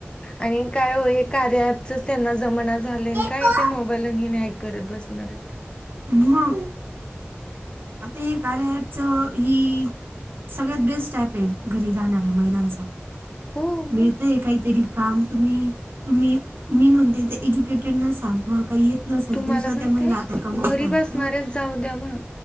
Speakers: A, on the left (about 20°); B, on the right (about 55°).
A: आणि काय हो हे कार्या ऍपचच त्यांना जमाना झालय
B: बरं
A: काय ते मोबाईल इन हॅक करत बसणार आहेत.
B: मं! आता हे कार्या ऍप च ही. सगळ्यात बेस्ट ऍप आहे घरी राहणाऱ्या महिलांसाठी.
A: हो मग
B: मिळतय काहीतरी काम तुम्ही-तुम्ही मी म्हणते ते एज्युकेटेडना सांग तुम्हाला काही येत नसेल
A: तुम्हाला
B: तरी सुद्धा
A: माहित
B: त्या महिला
A: आहे
B: आता कमवत
A: घरी
B: आहे
A: बसणाऱ्याच
B: मग
A: जाऊ द्या म्हणू